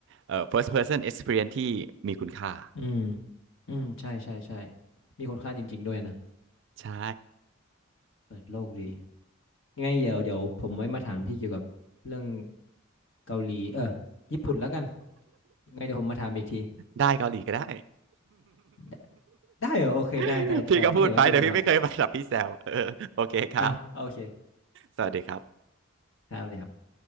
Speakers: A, on the right; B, on the left.
A: เออ first person experience ที่มีคุณค่า
B: อืมอืมใช่ใช่ใช่มีคุณค่าจริงๆด้วยนะ
A: ใช่
B: เปิดโลกดี ยังไงเดี๋ยวเดี๋ยวผมไว้มาถามพี่เกี่ยวกับเรื่องเกาหลีเออญี่ปุ่นแล้วกันยังไงเดี๋ยวผมมาถามอีกที
A: ได้เกาหลีก็ได้
B: ได้ได้เหรอโอเคได้ได้ได้งั้นเดี๋ยวไว้เจอกันครับ
A: <laughs> พี่ก็พูดไปเดี๋ยวพี่ไม่เคยไป <laughs> หรอกพี่แซวเออโอเคครับ
B: อ้าวโอเค
A: สวัสดีครับ
B: ครับสวัสดีครับ